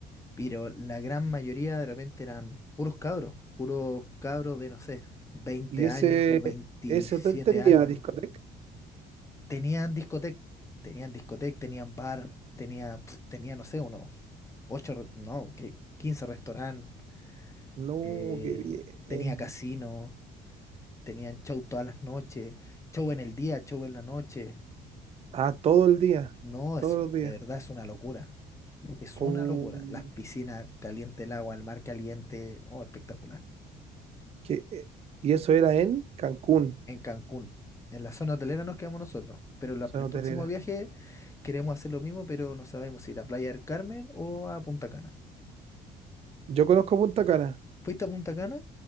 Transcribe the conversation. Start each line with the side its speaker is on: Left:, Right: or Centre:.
Left: pero la gran mayoría de repente eran puros cabros, puros cabros de, no sé, 20
Right: Y ese,
Left: años, 27
Right: ese hotel tenía
Left: años,
Right: discoteca.
Left: tenían discoteca, tenían discoteca, tenían bar, tenía, pf, tenía, no sé, uno. ocho, re- no, que 15 restaurantes,
Right: No,
Left: eh,
Right: qué bien.
Left: tenía casino, tenían show todas las noches, show en el día, show en la noche.
Right: Ah, todo el día,
Left: No, es,
Right: todos los días.
Left: de verdad es una locura, es
Right: Uh,
Left: una locura. Las piscinas, caliente el agua, el mar caliente, oh, espectacular.
Right: qué- eh, y eso era en Cancún,
Left: En Cancún, en la zona hotelera nos quedamos nosotros, pero la-
Right: zona
Left: el
Right: hotelera.
Left: próximo viaje queremos hacer lo mismo, pero no sabemos si ir a Playa del Carmen o a Punta Cana.
Right: Yo conozco Punta Cana.
Left: ¿Fuiste a Punta Cana?